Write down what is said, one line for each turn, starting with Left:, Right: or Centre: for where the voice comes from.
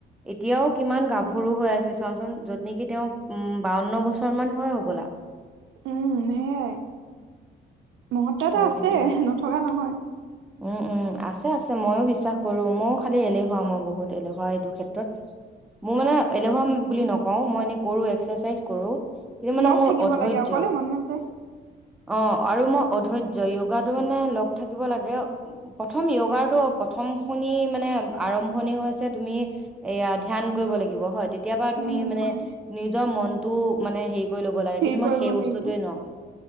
Centre: এতিয়াও কিমান গাভৰু হৈ আছে চোৱাচোন, য'ত নেকি তেওঁ উম, বাৱন্ন বছৰ মান হয় হ'বলা।
Right: উম, সেয়াই। মহত্ব এটা
Centre: হয়
Right: আছে,
Centre: দিয়া
Right: নথকা নহয়।
Centre: উম উম আছে আছে ময়ো বিশ্বাস কৰো, ময়ো খালি এলেহুৱা মই বহুত এলেহুৱা এইটো ক্ষেত্ৰত, মোৰ মানে এলেহুৱা বুলি নকও মই এনে কৰো এক্সাৰচাইজ কৰো। কিন্তু মানে
Right: লগ
Centre: মোৰ
Right: থাকিব
Centre: অধৈৰ্য,
Right: লাগে অকলে মন নাযায়
Centre: অ', আৰু মই অধৈৰ্য য়োগাটো মানে লগ থাকিব লাগে, প্ৰথম য়োগাৰটো প্ৰথম শুনি মানে আৰম্ভণি হৈছে তুমি এয়া ধ্যান কৰিব লাগিব হয় তেতিয়াৰ পৰাা তুমি
Right: উম
Centre: মানে
Right: হয়।
Centre: নিজৰ মনটো মানে হেই কৰি ল'ব লাগে,
Right: হেৰি
Centre: কিন্তু মই
Right: কৰিব
Centre: সেই বস্তুটোৱে
Right: লাগিব
Centre: নোৱাৰো,